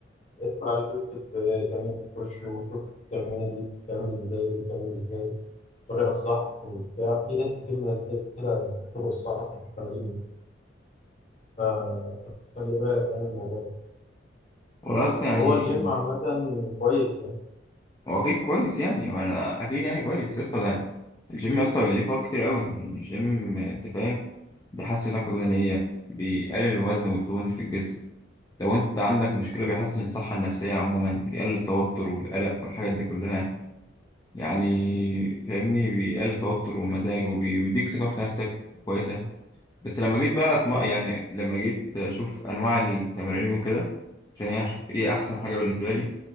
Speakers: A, on the left (about 35°); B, on the left (about 20°).
A: ادخل على اليوتيوب اكتب تمرين البوش وشوف التمرينه دي بتتعمل ازاي وبتتعمل ازاي الطريقه الصح وبتاع في ناس كتير منزله الطرق الصح في التمارين فخلي بالك يعني من الموضوع ده
B: ولاست يعني
A: هو الجيم عامة كويس يعني
B: هو اكيد كويس يعني وانا اكيد يعني كويس يا اسطى ده الجيم يا اسطى ليه فوائد كتير قوي الجيم انت فاهم بيحسن اللياقه البدنيه بيقلل الوزن والدهون اللي في الجسم لو انت عندك مشكله بيحسن الصحه النفسيه عموما بيقلل التوتر والقلق والحاجات دي كلها يعني فاهمني بيقلل التوتر والمزاج وبيديك ثقه في نفسك كويسه بس لما جيت بقى أطم...
A: مم.
B: يعني لما جيت اشوف انواع التمارين وكده عشان يعني اشوف ايه احسن حاجه بالنسبه لي